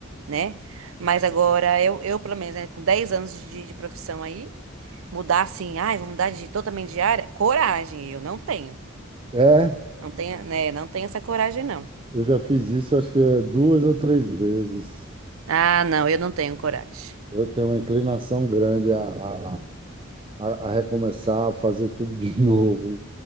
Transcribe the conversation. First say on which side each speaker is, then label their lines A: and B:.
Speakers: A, on the right; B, on the right.
A: né? Mas agora, eu, eu pelo menos, né, com 10 anos de, de profissão aí, Mudar assim, ai, vou mudar de totalmente de área? Coragem, eu não tenho.
B: é,
A: Não tenho, né? Não tenho essa coragem, não.
B: eu já fiz isso, acho que é duas ou três vezes.
A: Ah, não, eu não tenho coragem.
B: Eu tenho uma inclinação grande a, a, a a recomeçar, a fazer tudo de <laughs> novo.